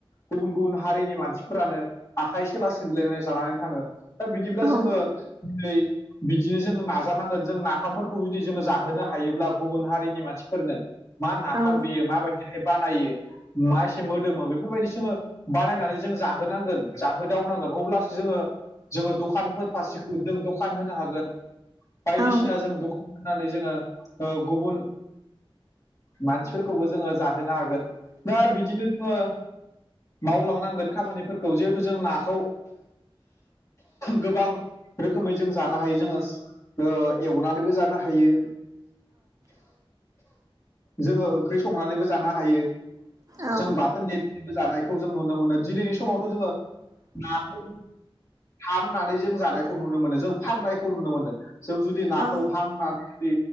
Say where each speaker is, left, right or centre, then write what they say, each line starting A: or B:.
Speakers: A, on the left; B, on the right.
A: गुबुन गुबुन हारिनि मानसिफोरानो आखाइ सोला सिनज्लायनाय जानानै थाङो दा बिदिब्ला
B: औ
A: जोङो नै बिदिनो जोङो नाजानांगोन जों नाफामफोरखौ जुदि जोङो जाहोनो हायोब्ला गुबुन हारिनि मानसिफोरनो मा नाफाम
B: औ
A: बियो माबायदिहाय बानायो मा एसे मोदोमो बेफोरबायदि जोङो बानायनानै जों जाहोनांगोन जाहोदावनांगोन अब्लासो जोङो जोङो दखानफोर फारसेखौ जों दखान होनो हागोन बायदिसिना
B: औ
A: जों द होनानै जोङो ओ गुबुन मानसिफोरखौबो जोङो जाहोनो हागोन दा बिदिनो जोङो मावलांनांगोन खामानिफोरखौ जिहेथु जों नाखौ गोबां रोखोमै जों जानो हायो जोङो ओ एवनानैबो जानो हायो जोङो ओंख्रै संनानैबो जानो हायो।
B: औ
A: जों बाथोन दे <unintelligible> जानायखौ जों नुनो मोनो दिनैनि समावथ' जोङो नाखौ हांनानै जों जानायखौ नुनो मोनो जों फाननायखौ नुनो मोनो जों जुदि नाखौ
B: औ
A: हांनानै